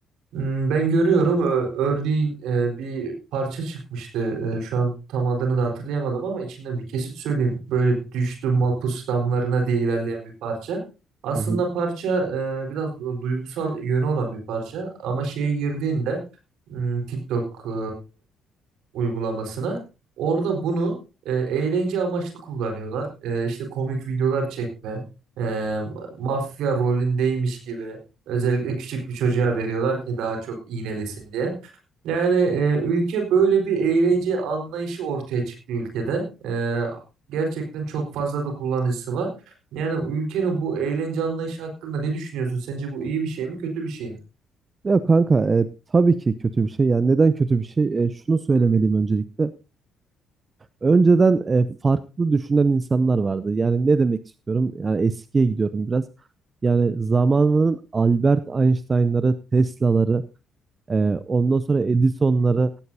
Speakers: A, on the right (about 70°); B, on the right (about 35°).
A: Hmm, Ben görüyorum. Ö- Örneğin e, bir parça çıkmıştı. E, Şu an tam adını da hatırlayamadım ama içinden bir kesit söyleyeyim. Böyle düştüm mapus damlarına diye ilerleyen bir parça. Aslında
B: Hı hı.
A: parça e, biraz duygusal yönü olan bir parça ama şeye girdiğinde hmm, TikTok e, uygulamasına. Orada bunu e, eğlence amaçlı kullanıyorlar. E, işte komik videolar çekme, e, mafya rolündeymiş gibi özellikle küçük bir çocuğa veriyorlar ki daha çok iğnelesin diye. Yani e, ülke böyle bir eğlence anlayışı ortaya çıktı ülkede. E, gerçekten çok fazla da kullanıcısı var. Yani ülkenin bu eğlence anlayışı hakkında ne düşünüyorsun? Sence bu iyi bir şey mi, kötü bir şey mi?
B: Ya kanka e, tabii ki kötü bir şey. Yani neden kötü bir şey? E, şunu söylemeliyim öncelikle. Önceden e, farklı düşünen insanlar vardı. Yani ne demek istiyorum? Yani eskiye gidiyorum biraz. Yani zamanının Albert Einstein'ları, Tesla'ları ee, ondan sonra Edison'ları